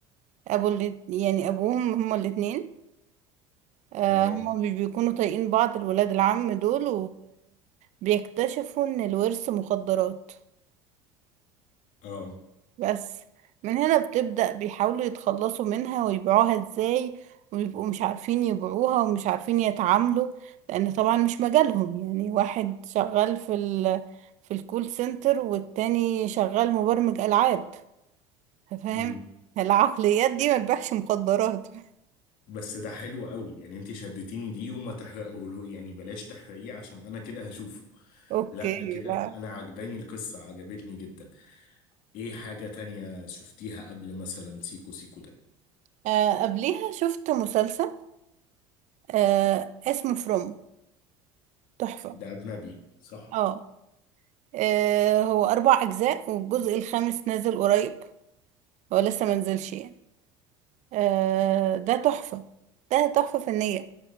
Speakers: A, on the right (about 50°); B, on the left (about 65°).
A: أبو الات- يعني أبوهم هما الاتنين آه،
B: تمام
A: هما مش بيكونوا طايقين بعض الولاد العم دول وبيكتشفوا إن الورث مخدرات
B: اه
A: بس من هنا بتبدأ بيحاولوا يتخلصوا منها ويبيعوها ازاي ويبقوا مش عارفين يبيعوها ومش عارفين يتعاملوا لأن طبعا مش مجالهم يعني واحد شغال في ال في الكول سنتر والتاني شغال مبرمج ألعاب فاهم
B: امم
A: العقليات دي ما تبيعش مخدرات <laughs>
B: بس ده حلو قوي يعني انت شدتيني ليه وما تحرقه يعني بلاش تحرقيه عشان انا كده هشوفه
A: اوكي
B: لا ده كده
A: لا
B: انا عجباني القصة عجبتني جدا ايه حاجة تانية شفتيها قبل مثلا سيكو سيكو ده
A: آه قبليها شفت مسلسل آه اسمه فروم تحفة
B: ده اجنبي صح
A: اه آه، هو أربع أجزاء والجزء الخامس نازل قريب هو لسه منزلش يعني آه ده تحفة ده تحفة فنية